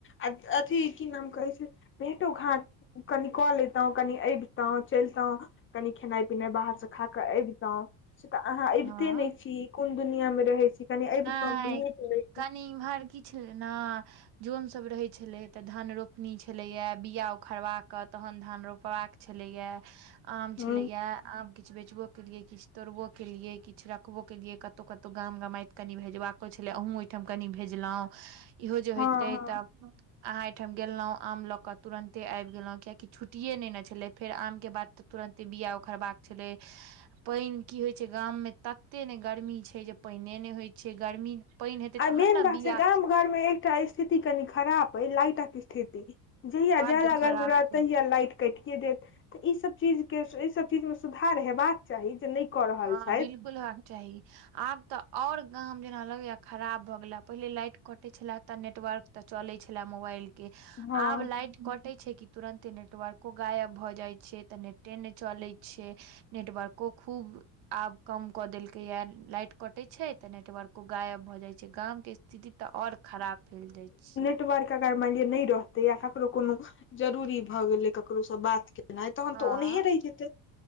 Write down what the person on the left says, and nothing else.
आ अथी की नाम कहै छै भेटो घाट कनि कॉल एतहु कनि अबितहु चलितहु कनि खेनाई पिनाई बाहरसँ खा कऽ अबितौं से तऽ अहाँ अबिते
नहि छी कोन दुनिया मे रहै छी कनि अबितहुँ
तऽ नीक लैतै
हँ
हँ
आ
मेन
बात
छै गाम घरमे एक टा स्थिति कनि खराब अय लाईटक स्थिति जहिया
ज्यादा
गर्मी रह तहिया लाईट काईटि देत तऽ ई सब चीज के सब चीज मे सुधार हेबाक चाही जे कऽ रहल
छथि
हँ
नेटर्वक लिय नै मान ल नहि रहते या ककरो कोनो जरूरी भऽ गेलै ककरोसँ बात के नहि तहन
तऽ ओनहे रहि जेतै